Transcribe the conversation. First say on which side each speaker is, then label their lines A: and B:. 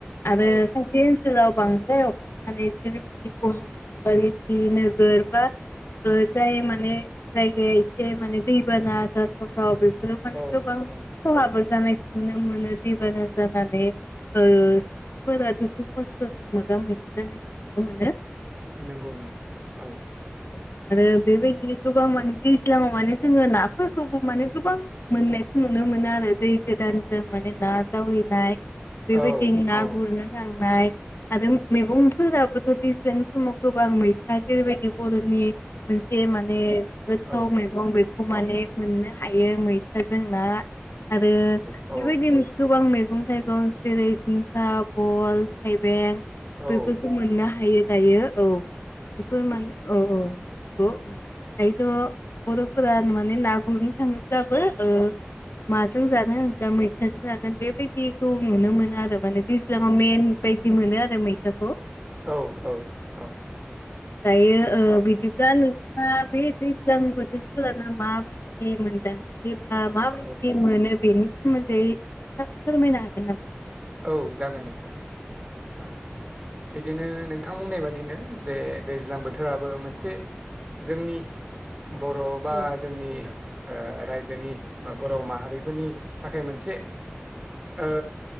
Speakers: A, on the left; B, on the right.
A: आरो
B: औ
A: खायसे ओनसोलाव बांद्राय अखा हानानै जेरैबायदि गुवाहाटि बादि नोगोर बा जाय माने जायगाया एसे माने दैबाना जाथाव राव बेफोरो माने
B: औ
A: गोबां
B: औ
A: खहाबो जानायखौ नुनो मोनो दैबाना जानानै ओ सुबुंफोरा दुखु खस्थ'जों मोगा मोगि जानायखौ नुनो मोनो
B: नंगौ नंगौ औ
A: आरो बेबायदिनो गोबां माने दैज्लाङाव माने जोंङो नाफोरखौबो माने गोबां मोननायखौ नुयो नुनो मोनो आरो दै गोदानजों माने ना जावहैनाय बेबायदि
B: औ
A: ना
B: औ
A: गुरनो थांनाय आरो मैगं फोराबोथ' दैज्लां समाव गोबां मैथा जेरैबायदि बर'नि मोनसे माने गोथाव
B: औ
A: मैगं बे माने मोननो हायो मैथाजों ना आरो
B: औ
A: बेबायदिनो गोबां मैगं मैगं थाइगं जेरै जिंखा बल थाइबें
B: औ
A: बेफोरखौ मोननो हायो दायो औ बेफोर माने औ औ नंगौ उम दायोथ' बर'फोरा माने ना गुरनो थाङोब्लाबो ओ माजों जानो होनब्ला मैथाजों जागोन बेबायदिखौ नुनो मोनो आरो माने दैज्लांआव मेन बायदि मोनो आरो मैथाखौ
B: औ औ औ
A: दायो ओ बिदिब्ला नोंथांङा बे दैज्लां बोथोरखौ लाना माबायदि मोनदां बा माबायदि
B: औ
A: मोनो बेनि सोमोन्दै एसे फोरमायनो हागोन नामा
B: औ जागोन नोंथां औ बिदिनो नोंथां बुंनाय बायदिनो जे दैज्लां बोथोराबो मोनसे जोंनि बर' बा
A: औ
B: जोंनि ओ रायजोनि बा बर' माहारिफोरनि थाखाय मोनसे ओ